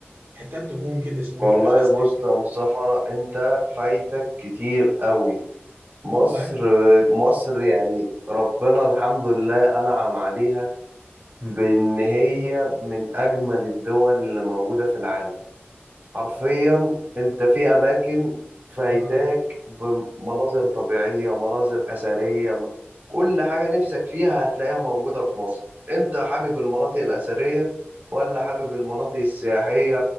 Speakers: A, on the right; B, on the right.
A: حتات تكون كده شنو
B: والله
A: انترستنج
B: بص
A: كده
B: يا مصطفى انت فايتك كتير قوي مصر
A: والله
B: مصر يعني ربنا الحمد لله انعم عليها بان هي من اجمل الدول اللي موجوده في العالم حرفيا انت في اماكن فايتاك
A: اها
B: بمناظر طبيعيه مناظر اثريه م- كل حاجه نفسك فيها هتلاقيها موجوده في مصر انت حابب المناطق الاثريه ولا حابب المناطق السياحيه